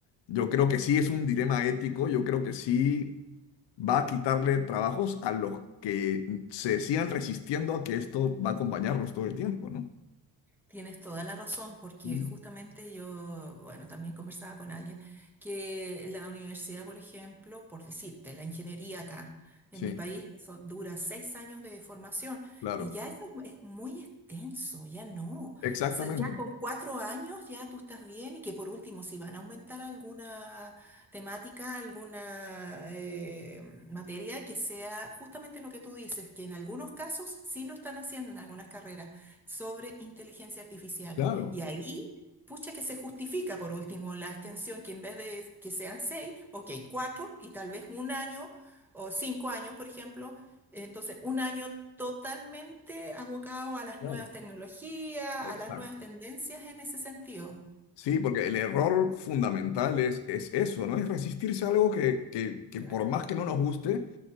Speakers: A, on the left; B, in the centre.
A: yo creo que sí es un dilema ético, yo creo que sí va a quitarle trabajos a los que se sigan resistiendo a que esto va a acompañarnos todo el tiempo, ¿no?
B: Tienes toda la razón, porque
A: Mm,
B: justamente yo, bueno, también conversaba con alguien que la universidad, por ejemplo, por decirte, la ingeniería acá
A: Sí,
B: en mi país, eso dura seis años de formación
A: claro.
B: y ya eso es mu- es muy extenso, ya no. O
A: Exactamente.
B: sea, ya con cuatro años ya tú estás bien y que por último, si van a aumentar alguna temática, alguna eh, materia que sea justamente lo que tú dices, que en algunos casos sí lo están haciendo en algunas carreras sobre inteligencia artificial.
A: Claro,
B: Y ahí, pucha que se justifica por último la extensión, que en vez de que sean seis, ok, cuatro y tal vez un año o cinco años, por ejemplo. Entonces, un año totalmente abocado a las
A: claro.
B: nuevas tecnologías,
A: Exacto.
B: a las nuevas tendencias en ese sentido.
A: Sí, porque el error fundamental es, es eso, ¿no? Es resistirse a algo que, que, que
B: Claro.
A: por más que no nos guste,